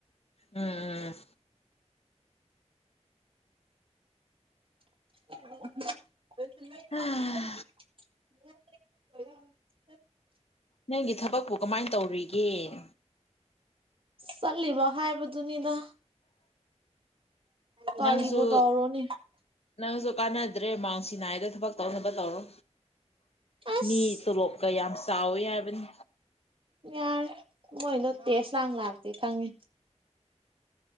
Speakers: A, on the left; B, on the right.
A: ꯎꯝ ꯎꯝ
B: <inaudible> <inaudible>
A: ꯎꯝ
B: <inaudible>
A: ꯅꯪꯒꯤ ꯊꯕꯛꯄꯨ ꯀꯃꯥꯏꯅ ꯇꯧꯔꯤꯒꯦ ꯎꯝ
B: ꯆꯠꯂꯤꯕ ꯍꯥꯏꯕꯗꯨꯅꯤꯗ ꯀꯔꯤꯕꯨ
A: ꯅꯪꯁꯨ
B: ꯇꯧꯔꯨꯅꯤ
A: ꯅꯪꯁꯨ ꯀꯥꯟꯅꯗ꯭ꯔꯦ ꯃꯥꯡꯁꯤꯅꯥꯏꯗ ꯊꯕꯛ ꯇꯧꯅꯕ ꯇꯧꯔꯣ
B: ꯑꯁ
A: ꯃꯤ ꯇꯂꯣꯞꯀ ꯌꯥꯝ ꯆꯥꯎꯋꯤ ꯍꯥꯏꯕꯅꯤ
B: ꯌꯥꯔꯦ ꯃꯣꯏꯗꯣ ꯇꯦꯁ ꯂꯥꯡ ꯂꯥꯛꯇꯦ ꯈꯪꯉꯦ